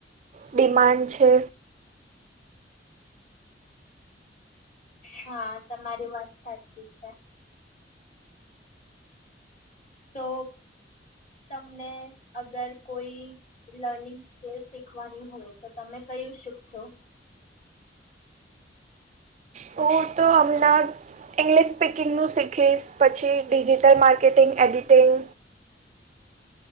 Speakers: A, on the right; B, on the left.
A: ડિમાન્ડ છે
B: હા તમારી વાત સાચી છે તો તમને અગર કોઈ લર્નિંગ સ્કીલ શીખવાની હોય તો તમે કયું શીખશો
A: હું તો અમના ઇંગ્લિશ સ્પીકિંગનું શીખીશ પછી ડિજિટલ માર્કેટિંગ એડિટિંગ